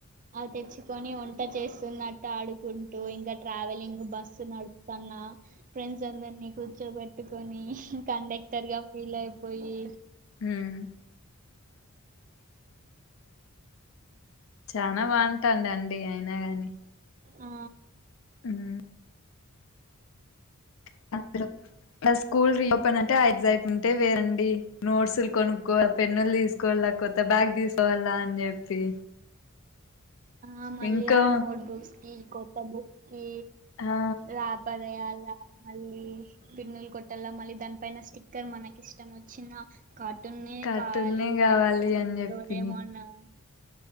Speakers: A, on the right (about 35°); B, on the left (about 65°).
A: అవి తెచ్చుకొని వంట చేస్తున్నట్టు ఆడుకుంటూ ఇంకా ట్రావెలింగ్ బస్సు నడుప్తన్నా ఫ్రెండ్స్ అందరినీ కూర్చోబెట్టుకొని కండక్టర్ గా ఫీల్ అయిపోయి
B: ఉమ్ చానా బాగుంటాండె అండి అయినా గాని
A: ఆ..
B: ఉమ్ <inaudible> నా స్కూల్ రీ ఓపెన్ అంటే ఆ ఎగ్జైట్మెంటె వేరండి నోట్స్లు కొనుక్కో పెన్నులు తీసు కోల కొత్త బ్యాగ్ తీసుకోవాలా అన్ జెప్పి
A: ఆ మళ్ళీ
B: ఇంకా
A: ఆ నోట్ బుక్స్ కి కొత్త బుక్స్ కి
B: ఆ
A: రా పదయాల మళ్ళీ పిన్నులు కొట్టాల మళ్ళీ దానిపైన స్టిక్కర్ మనకిష్టం వచ్చిన కార్టూనే
B: కార్టూన్నే
A: కావలి
B: కావాలి
A: <unintelligible>
B: అని చెప్పి